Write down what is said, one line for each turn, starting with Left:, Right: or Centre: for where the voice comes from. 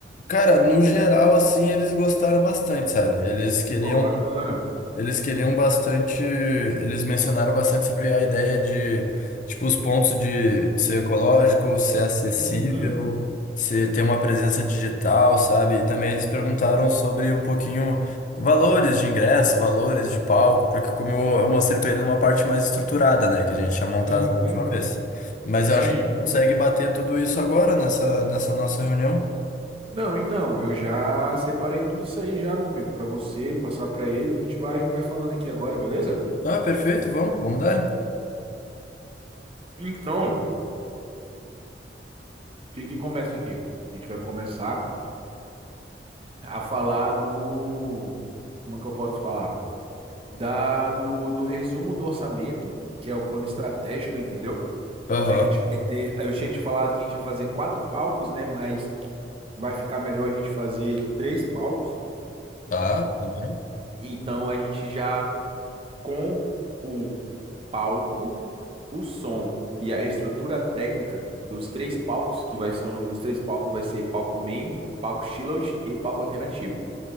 Left: cara, no geral, assim, eles gostaram bastante, sabe? Eles queriam
Right: Pô, bacana.
Left: Eles queriam bastante, eles mencionaram bastante sobre a ideia de, tipo, os pontos de ser ecológico, ser acessível,
Right: Uhum.
Left: ser, ter uma presença digital, sabe? E também eles perguntaram sobre um pouquinho valores de ingresso, valores de palco, porque como eu, eu mostrei para eles uma parte mais estruturada, né, que a gente tinha montado
Right: Uhum.
Left: na última vez. Mas
Right: Sim.
Left: eu acho que a gente consegue bater tudo isso agora nessa, nessa nossa reunião.
Right: Não, então, eu já separei tudo isso aí já, meu amigo, pra você passar pra eles. A gente vai, vai falando aqui agora, beleza?
Left: Ah, perfeito, vamos, vamos dar.
Right: Então, o que que começa aqui? A gente vai começar a falar do. Como é que eu posso falar? Da, do, do resumo do orçamento, que é o plano estratégico, entendeu?
Left: Aham,
Right: Que a gente vai ter. Eu tinha te falado que a gente ia fazer quatro palcos, né? Mas vai ficar melhor a gente fazer três palcos.
Left: tá, tudo bem.
Right: Então a gente já com o palco, o som e a estrutura técnica dos três palcos, que vai ser o nome dos três palcos, vai ser palco main, palco chillout e palco alternativo.